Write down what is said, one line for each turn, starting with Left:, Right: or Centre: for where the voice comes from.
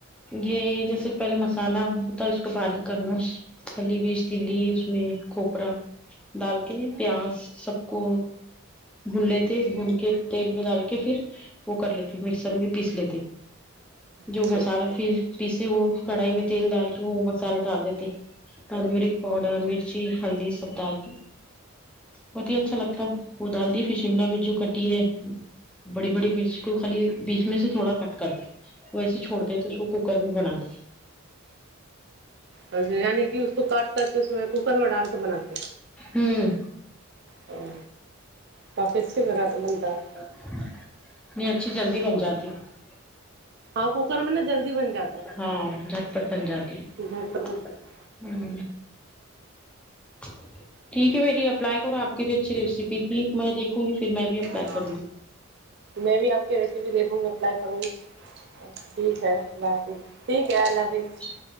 Centre: یہ جیسے پہلے مسالہ ہوتا ہے اس کو باریک کرنا پھلی بیج تیلی اس میں کھوپرا ڈال کے پیاز سب کو بھون لیتے بھون کے تیل میں ڈال کے فیر وہ کر لیتے مکسر میں پیس لیتے جو
Right: اچھا
Centre: مسالہ پھر پیسے وہ کڑھائی میں تیل ڈالتے وہ مسالہ ڈال دیتے ٹرمیرک پاؤڈر مرچی ہلدی سب دال کے بہت ہی اچھا لگتا ہے وہ دال دیے پھر شملہ مرچ جو کٹی ہے بڑی بڑی مرچ کو خالی بیچ میں سے تھوڑا کٹ کر دو ویسیچ چھوڑ دے تو اس کوکرم بنا کے
Right: یعنی کہ اس کو کاٹ کر کے اس میں کوکر میں ڈال کے بناتے
Centre: ہوں
Right: ا کافی اس سے بناتے بنتا ہے
Centre: نہیں اچھی جلدی بن جاتی ہے
Right: ہاں کوکر میں نا جلدی بن جاتا ہے
Centre: ہاں جھٹ پٹ بن جاتی
Right: گھر پر
Centre: ہوں
Right: بن جاتا
Centre: ٹھیک ہے میری اپلائی کرو آپ کے اچھی ریسیپی تھی میں دیکھوں گی پھر میں بھی اپلائی
Right: ہاں
Centre: کروں گی
Right: میں بھی آپ کے ریسیپی دیکھوں گی رپلائی کروں گی ٹھیک ہے اللہ حافظ ٹھیک ہے اللہ حافظ
Centre: جی